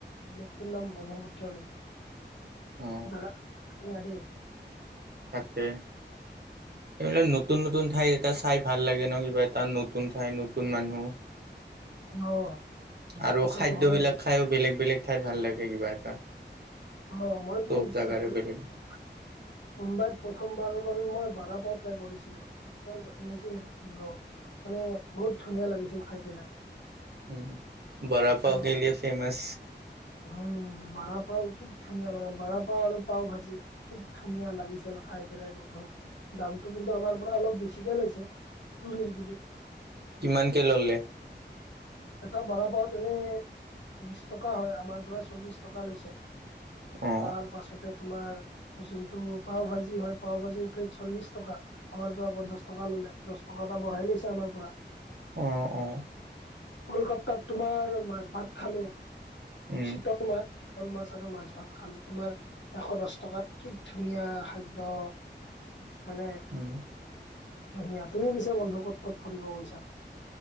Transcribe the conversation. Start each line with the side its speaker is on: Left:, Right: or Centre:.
Left: লেকটোৰ নাম ব্ৰহ্মপুত্ৰ লেক। <unintelligible>
Right: অ তাকে। এইবিলাক নতুন, নতুন ঠাই এটা চাই ভাল লাগে ন কিবা এটা, নতুন ঠাই নতুন মানুহ।
Left: অ'।
Right: আৰু
Left: কথাটো
Right: খাদ্যবিলাক
Left: হয় বাৰু।
Right: খায়ো বেলেগ, বেলেগ ঠাইত ভাল লাগে কিবা এটা।
Left: অ' মই তুমি
Right: চব
Left: বিশ্বাস
Right: জাগাৰে
Left: কৰি
Right: বেলেগ
Left: <inaudible> মুম্বাইত প্ৰথমবাৰৰ বাবে মই বাৰাপাও ট্ৰাই কৰিছিলোঁ। <unintelligible> মানে বহুত ধুনীয়া লাগিছিল খাই পেলাই।
Right: উম, বৰাপাও
Left: আৰু
Right: কেলে ফেমাছ।
Left: উম, বৰাপাও কি ধুনীয়া বনাই, বাৰপাও আৰু পাও ভাজি কি ধুনীয়া লাগিছে মা <inaudible> খাই পেলাই বন্ধ, দামটো কিন্তু আমাৰ পৰা অলপ বেছিকে লৈছে টুৰিষ্ট বুলি।
Right: কিমানকে ল'লে?
Left: এটা বাৰাপাও এনে বিশ টকা হয়, আমাৰ পৰা চল্লিশ টকা লৈছে।
Right: অ
Left: তাৰ পাছতে তোমাৰ যোনটো পাও ভাজি হয়, পাও ভাজিৰ প্লেট চল্লিশ টকা আমাৰ পৰা পঞ্চাশ টকা ললে, দহ <inaudible> টকা এটা বঢ়াই লৈছে আমাৰ পৰা।
Right: অ', অ'।
Left: কলকাতাত তোমাৰ মাছ ভাত খালো,
Right: উম
Left: চীত তো <inaudible> চিতল মাছ আৰু মাছ ভাত খালো তোমাৰ এশ দহ টকাত, কি ধুনীয়া খাদ্য মানে
Right: উম
Left: ধুনীয়া। তুমিও গৈছা বন্ধু ক'ত ক'ত ফুৰিব গৈছা?